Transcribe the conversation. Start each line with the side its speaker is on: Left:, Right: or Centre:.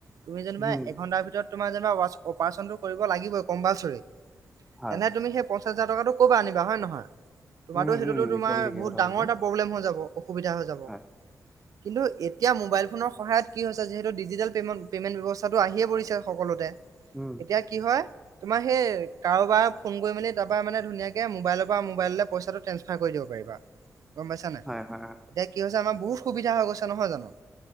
Right: তুমি যেনিবা
Centre: উম,
Right: এঘণ্টাৰ ভিতৰত তোমাৰ যেনিবা অপাৰেশ্যন কৰিব লাগিবই কমপালছাৰি,
Centre: হয়,
Right: এনে তূমি সে হাজাৰ টকাটো কৰ পৰা আনিবা হয় নহয়? তোমাৰতো
Centre: উম,
Right: সেইটোতো
Centre: উম,
Right: তোমাৰ
Centre: একদম ঠিকে
Right: বহুত
Centre: কথা
Right: ডাঙৰ
Centre: কৈছা।
Right: এটা প্ৰব্লেম হৈ যাব। অসুবিধা হৈ যাব,
Centre: হয়,
Right: কিন্তু এতিয়া মোবাইল ফোনৰ সহায়ত কি হৈছে যিহেতু ডিজিটেল পেমণ-পেমেণ্ট ব্যৱস্থাটো আহিয়ে পৰিছে সকলোতে।
Centre: উম,
Right: এতিয়া কি হয় তোমাৰ সেই কাৰোবাৰ ফোন কৰি মেলি তাৰ পৰা মানে ধুনীয়াকে মোবাইলৰ পৰা মোবাইললৈ পইচাটো ট্ৰেন্সফাৰ কৰি দিব পাৰিবা।
Centre: <inaudible>
Right: গ'ম পাইছা নাই,
Centre: হয়, হয়, হয়,
Right: এতিয়া কি হৈছে আমাৰ বহুত সুবিধা হৈ গৈছে নহয় জানো?